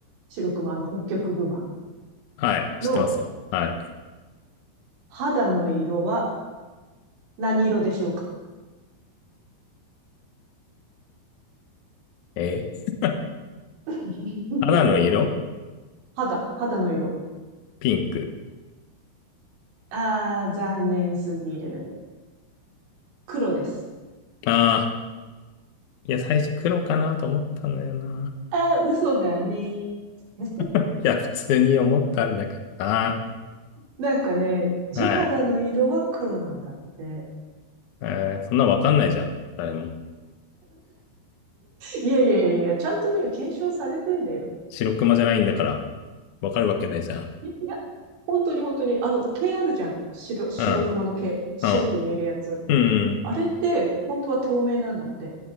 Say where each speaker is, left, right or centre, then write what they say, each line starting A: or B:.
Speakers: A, on the right; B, on the left.
A: 白熊、あの北極熊
B: はい。知ってますよ。
A: の
B: はい。
A: 肌の色は何色でしょうか
B: えー
A: <laughs>
B: 肌の色
A: 肌、肌の色。
B: ピンク。
A: あー、残念すぎる。黒です。
B: ああ。いや、最初黒かなと思ったのよな。
A: あー、嘘だね。<laughs>
B: いや、普通に思ったんだけどな。
A: なんかね、地肌の色は黒なんだって。
B: はい。えーそんなわかんないじゃん。誰も。
A: いやいやいやいや、ちゃんとね、検証されてんだよ。
B: 白熊じゃないんだから。わかるわけないじゃん。
A: いいや、本当に本当に、あの、毛あるじゃん。白、白熊の毛。
B: うん。
A: 白く見えるやつ。
B: うん。うん。
A: あれって、本当は透明なんだって。